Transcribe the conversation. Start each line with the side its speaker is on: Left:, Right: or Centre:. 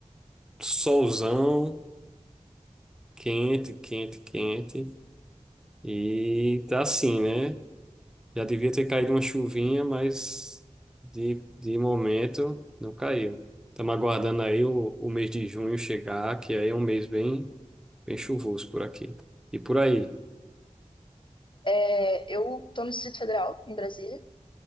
Centre: solzão, quente, quente, quente. E tá assim, né? Já devia ter caído uma chuvinha, mas de, de momento não caiu. Estamos aguardando aí o, o mês de junho chegar, que aí é um mês bem, bem chuvoso por aqui. E por aí.
Left: É, eu tô no Distrito Federal, em Brasília.